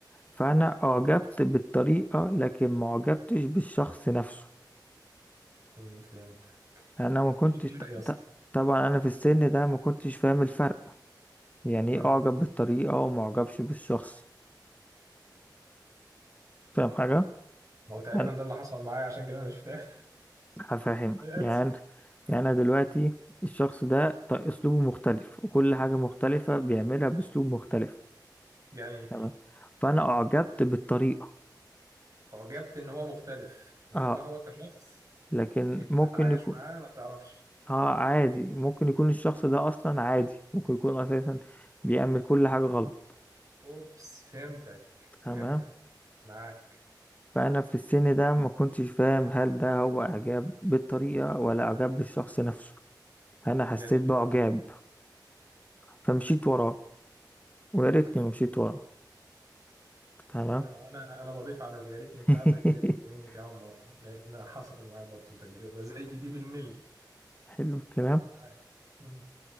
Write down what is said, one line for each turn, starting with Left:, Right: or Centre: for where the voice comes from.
Left: فأنا أعجبت بالطريقة لكن ما أعجبتش بالشخص نفسه
Right: امم فهمتك
Left: أنا ما كنتش
Right: ايه الفرق
Left: ط-
Right: يا اسطى
Left: ط- طبعا أنا في السن ده ما كنتش فاهم الفرق يعني
Right: امم
Left: إيه أعجب بالطريقة وما أعجبش بالشخص فاهم حاجة؟
Right: هو تقريبا
Left: أنا
Right: ده اللي حصل معايا عشان كده انا مش فاهم
Left: هفهمك
Right: <laughs> أنا
Left: يعني
Right: اسف
Left: يعني أنا دلوقتي الشخص ده ط- أسلوبه مختلف وكل حاجة مختلفة بيعملها بأسلوب مختلف
Right: جميل
Left: تمام فأنا أعجبت بالطريقة
Right: اعجبت ان هو مختلف انما
Left: اه
Right: هو كشخص
Left: لكن
Right: انت
Left: ممكن
Right: تتعايش
Left: يكون
Right: معاه ما تعرفش
Left: اه عادي ممكن يكون الشخص ده اصلا عادي ممكن يكون اساسا بيعمل كل حاجة غلط
Right: اوبس فهمتك
Left: تمام
Right: فهمتك معاك
Left: فانا في السن ده ما كنتش فاهم هل ده هو اعجاب بالطريقة ولا اعجاب بالشخص نفسه انا حسيت
Right: جميل
Left: باعجاب
Right: جدا
Left: فمشيت وراه ويا ريتني
Right: امم
Left: ما مشيت وراه تمام
Right: لا، انا انا بضيف على اليا ريتني بتاعتك
Left: <laughs>
Right: يا ريتني مني كمان مره لان حصل معايا برضه تجربه زي دي بالملي
Left: حلو الكلام
Right: هاي. مم.